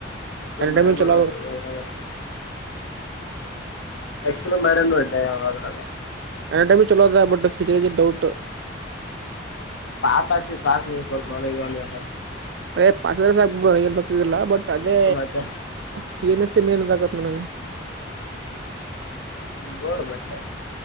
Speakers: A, on the left (about 85°); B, on the right (about 60°).
A: ಎಕ್ಸ್ಪ್ಲೋರ್
B: ಎಟೈಮ
A: ಮಾಡ್ಯಾನ ನೋಡು
B: ಚಲ
A: ಅವ ಯಾವ್ದ್ರಾಗ ಎಕ್ಸ್ಲ ಮಾಡಣ ಇಡ್ಡೆದ್ರ
B: ಅನಡೆಮಿಕ್ ಚಲೋ ಬಟ್ ್ಯಚರ ಡೌಟ್
A: ತಾಸ್ ಆತಿ ಸಾಕ ಸ್ವಲ್ಪ ನ
B: ಅದೇ ಪಾಸ್ ವರ್ಡ್ ಸಾಕ್ ಬಿಡು ಏನು ಬೇಕಾಗಿಲ್ಲ ಬಟ್ ಅದೇ
A: ಮತ್ತೆ
B: ಸಿ ಎನ್ ಎಸ್ <unintelligible>
A: ಹು ನೋಡ ಮತ್ತೆ